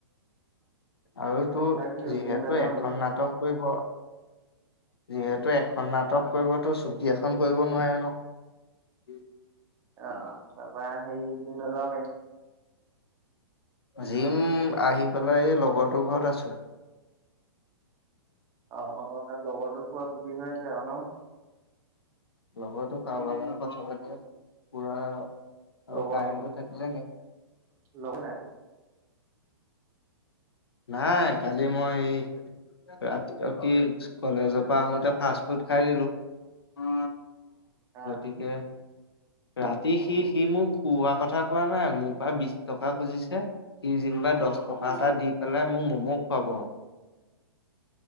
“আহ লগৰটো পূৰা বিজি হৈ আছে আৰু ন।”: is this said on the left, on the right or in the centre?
Right